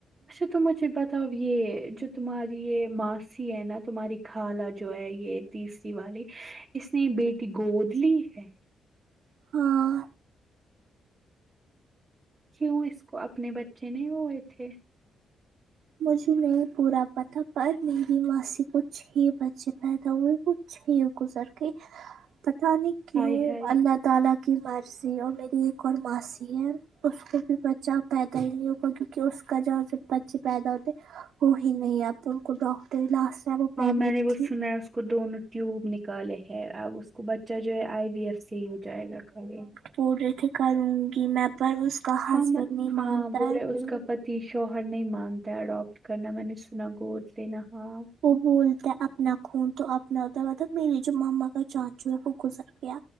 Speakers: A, on the right (about 20°); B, on the right (about 70°).
A: اچا تو مجھے بتا ہو <unintelligible> یہ جو تمہاری یہ ماسی ہے نا تمہاری خالہ جو ہے یہ تیسری والی اس نے بیٹی گود لی ہے
B: ہاں
A: کیوں اس کو اپنے بچے نہیں ہوئے تھے
B: مجھے نہیں بورا پتا پر میری ماں سے کچ چھ بچے پیدا ہوے تھے چھ گزر کے پتہ نہیں کیوں
A: ہائے ہائے
B: اللہ تعالی کی مرضی اور میری ایک اور ماسی ہے اس کو بھی با جہ پیدا ہی نہیں ہوگا کیونکہ اس کا جا بچے پیدا ہوتے وہ ہی نہیں آپ ڈاکٹری لاسٹ ٹائم وہ پلگ
A: ہاں میں نے وہ
B: تھی
A: سنا ہے اس کو دونوں ٹیوب نکالے ہے اب اس کو بچہ جو ہے آئی وی ایف سے ہی ہو جائے گا کالے
B: پور رت کروں گی میں پر اس کا ہسبینڈ
A: ہم
B: نہیں
A: ہاں
B: مانتا
A: بولے
B: ہے
A: اس کا پتی شوہر نہیں مانتا اڈاپٹ کرنا میں نے سنا گود لینا ہاں
B: وہ بولتا ہے اپنا خون تو اپنا ا مب میرری جو ماما کا چاچو ہے وہ گزر گیا